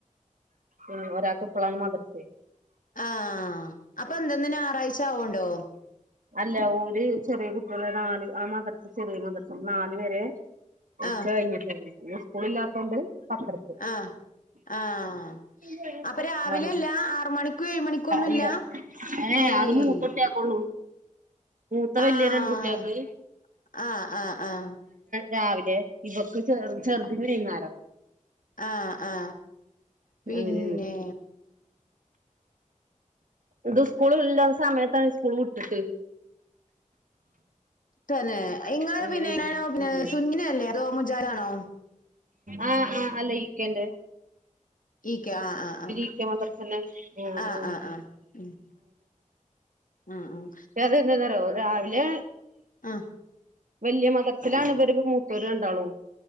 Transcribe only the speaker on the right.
ഉം ഒരാൾക്ക് ഇപ്പളാണ് മദർസെ
അല്ല ഓര് ചെറ്യേ കുട്ട്യേളെ നാല് ആ മദർസ് ചെറിയ മദർസാ നാല് വരെ. ഉച്ച
കഴിഞ്ഞിട്ടേനി. ഇന്ന് സ്കൂളില്ലാത്തോണ്ട് പത്തര്
ഇല്ല
ഇല്ല ഏ ഏ
അത് മൂത്ത കുട്ട്യേക്കൊള്ളു. മൂത്ത വെല്യ
രണ്ട് കുട്ട്യേക്ക്.
രാവിലെ ഇവക്ക് ചെറുതിന് വൈന്നാരം.
അങ്ങനെയാണ് ഇത് സ്കൂൾ ഇല്ലാത്ത സമയത്താണ് സ്കൂൾ വിട്ടിട്ട്.
അങ്ങനെയാണ്
ഉം
ആ ആ അല്ല ഈക്കന്റെ.
ഇക്ക മദ്രസന്നെ ആഹ്
ആഹ്
ക്ഷ <unintelligible> അത് എന്താന്നറ്യാെ രാവിലെ
വെല്യ മദ്രസ്സിലാണ് ഇവര് മൂത്തോര് രണ്ടാളും